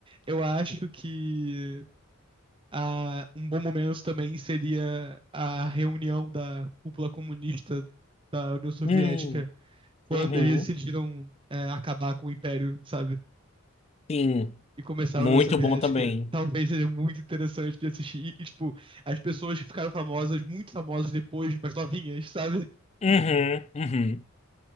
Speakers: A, on the right (about 25°); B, on the left (about 30°).
A: Eu acho que Ah, um bom momento também seria a reunião da cúpula comunista da União Soviética,
B: Hum,
A: quando
B: uhum,
A: eles decidiram, é, acabar com o Império, sabe?
B: sim,
A: E começar
B: muito
A: a União Soviética.
B: bom também.
A: Talvez seja muito interessante de assistir. E, tipo, as pessoas que ficaram famosas, muito famosas depois, mas novinhas, sabe?
B: Uhum, uhum.